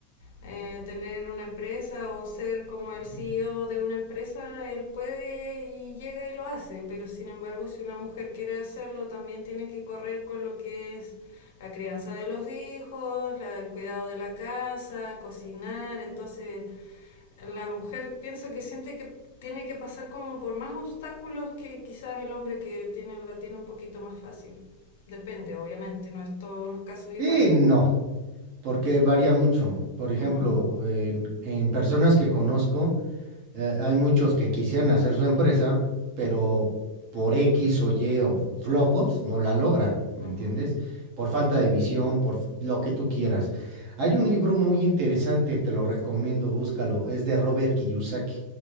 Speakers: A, on the left; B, on the right.
A: eh, tener una empresa o ser como el
B: Ujú.
A: CEO de una empresa, él puede y llega y lo hace, pero sin embargo, si una mujer quiere hacerlo, también tiene que correr con lo que es la crianza de los hijos, la- el cuidado de la casa, cocinar, entonces la mujer pienso que siente que tiene que pasar como por más obstáculos que quizás el hombre que tiene, la tiene un poquito más fácil. Depende, obviamente, no es todos los casos iguales.
B: Sí, no, porque varía mucho. Por ejemplo,
A: Ujú,
B: en en personas que conozco, Eh, hay muchos que quisieran hacer su empresa, pero por X o Y o flojos no la logran, ¿me
A: ujú,
B: entiendes? Por falta de visión, por f- lo que tú quieras. Hay un libro muy interesante, te lo recomiendo, búscalo, es de Robert Kiyosaki.